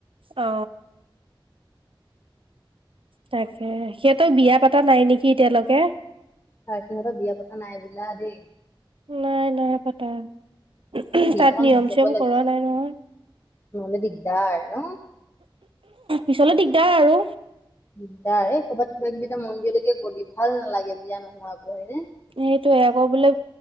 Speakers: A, on the right; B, on the left.
A: অ। তাকে সিহঁতৰ বিয়া পাতা নাই নেকি এতিয়ালৈকে।
B: ত সিহঁতৰ বিয়া পতা নাই বোলা দেই
A: নাই নাই পাতা উম
B: বিয়াখন
A: তাত নিয়ম
B: হৈ যাব
A: চিয়ম
B: লাগে
A: কৰা নাই নহয়
B: নহ'লে দিগদাৰ ন
A: পিছলে দিগদাৰ আৰু
B: দিদাৰ ক'ৰবাত কিবা কিবি এটা মন্দিৰলৈকে গল ভাল নালাগে বিয়া নোহোৱাকৈ হয় নে
A: সেইটোয়ে আকৌ বোলে